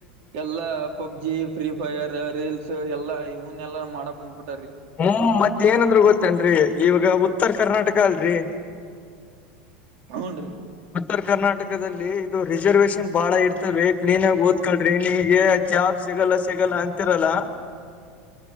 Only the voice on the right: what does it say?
ಎಲ್ಲಾ ಪಬ್ಜಿ ಫ್ರೀ ಫೈರ್ ರೀಲ್ಸ್ ಎಲ್ಲಾ ಇವನ್ ಎಲ್ಲಾ ಮಾಡಕ್ ಕುಂದ್ಬಿಟ್ಟು
ಹುನ್ರಿ